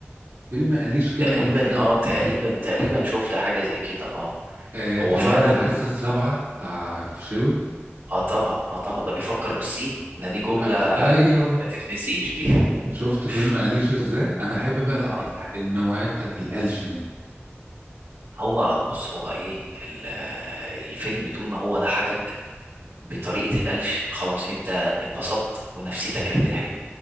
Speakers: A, on the right; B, on the right.
A: فيلم قليش كده
B: تقريبا
A: ملوش لازمه
B: اه تقريبا تقريبا شفت حاجة زي كده اه
A: آه
B: هو
A: طب
B: فعلا
A: عارف الحاسه السابعه بتاع الفيشاوي
B: اه طبعا اه طبعا ده بيفكر بالصيني ده دي جملة
A: <laughs> ايوه
B: ما تتنسيش دي
A: شفت
B: <laughs>
A: فيلم أليش ازاي انا احب بقى لا-
B: اه
A: ال- النوعية بتاعت القلش دي
B: هو بص هو ايه ال- الفيلم طول ما هو ضحكك بطريقة القلش خلاص انت انبسطت ونفسيتك ارتاحت